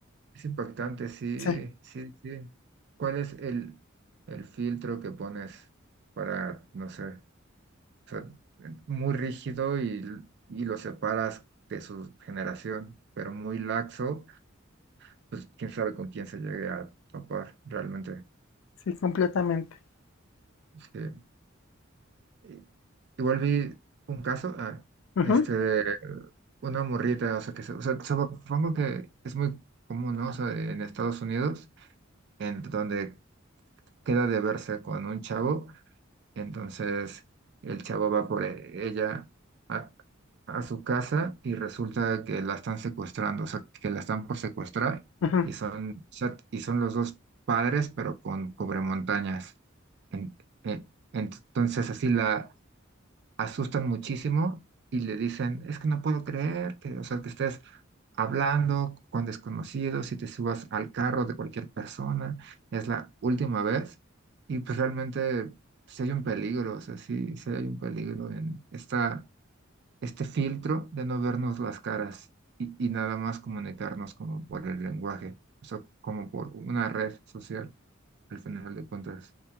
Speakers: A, on the right; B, on the left.
A: Es impactante, sí,
B: Sí,
A: sí, sí. ¿Cuál es el, el filtro que pones para, no sé? O sea, muy rígido y, y lo separas de su generación, pero muy laxo, pues quién sabe con quién se llegue a topar realmente.
B: sí, completamente.
A: Sí. Y- Igual vi un caso, ah,
B: Ujú,
A: este, de una morrita, o sea, que, se- o sea, supongo que es muy común, ¿no? O sea, en Estados Unidos, en donde queda de verse con un chavo Entonces el chavo va por e- ella a, a su casa y resulta que la están secuestrando, o sea, que la están por secuestrar
B: ujú,
A: y son, o sea, y son los dos padres, pero con cobremontañas. En- en- entonces así la asustan muchísimo y le dicen, es que no puedo creer que, o sea, que estés hablando con desconocidos y te subas al carro de cualquier persona, es la última vez. Y pues realmente sí hay un peligro, o sea, sí, sí hay un peligro en esta, este filtro de no vernos las caras y, y nada más comunicarnos como por el lenguaje, o sea, como por una red social, al final de cuentas.